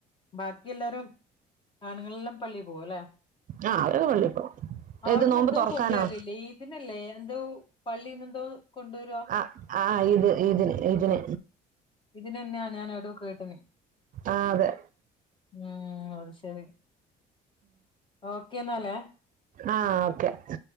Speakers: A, on the left; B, on the right.
A: ബാക്കി എല്ലാരും ആണുങ്ങളെല്ലാം പള്ളി പോവും അല്ലേ?
B: ആ അവരൊക്കെ പള്ളിപ്പോ
A: അവിടന്ന്
B: ഇത് നോമ്പ്
A: എന്തോ
B: തുറക്കാനോ
A: കൊണ്ടുവരലില്ലേ? ഇതിനല്ലേ എന്തോ പള്ളിന്ന് എന്തോ കൊണ്ടുവരുവാ
B: ആ ആ ഇത് ഇതിനു ഇതിനു
A: ഇതിനു തന്നെയാ ഞാൻ എവിടോ കേട്ടന്.
B: ആ അതെ.
A: ഉം. അത് ശരി. ഓക്കേ എന്നാലേ?
B: ആ ഓക്കെ